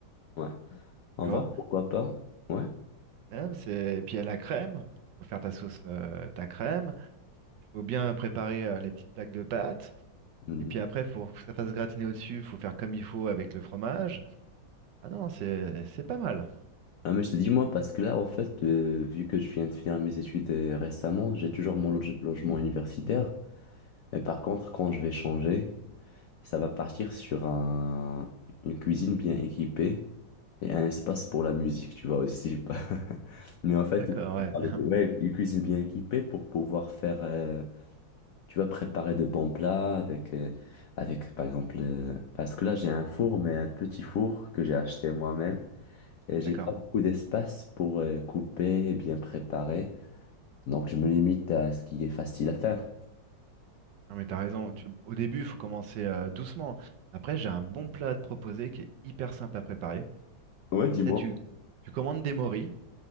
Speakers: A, on the left (about 80°); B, on the right (about 70°).
A: ouais. En
B: tu vois.
A: vrai, pourquoi pas? Ouais.
B: Hein, c'est- Et puis, il y a la crème. Il faut faire ta sauce, euh, ta crème. Il faut bien préparer euh, les petites plaques de pâte.
A: Mhm.
B: Et puis après, il faut que ça fasse gratiner au-dessus. Il faut faire comme il faut avec le fromage. Ah non, c'est c'est pas mal.
A: Ah, mais je te dis moi parce que là, en fait, euh, vu que je viens de finir mes études euh, récemment, j'ai toujours mon loge- logement universitaire. Mais par contre, quand je vais changer, ça va partir sur un, une cuisine bien équipée et un espace pour la musique, tu vois aussi. <laughs> Mais en fait,
B: D'accord,
A: on
B: ouais.
A: parlait
B: <laughs>
A: de- ouais, une cuisine bien équipée pour pouvoir faire, euh, tu vois, préparer de bons plats avec, euh, avec par exemple, euh, parce que là, j'ai un four, mais un petit four que j'ai acheté moi-même. Et j'ai
B: D'accord.
A: pas beaucoup d'espace pour euh, couper et bien préparer. Donc je me limite à ce qui est facile à faire.
B: Non, mais t'as raison. Tu- Au début, il faut commencer euh, doucement. Après, j'ai un bon plat à te proposer qui est hyper simple à préparer.
A: Ouais, dis-moi.
B: Ça, tu, tu commandes des moris,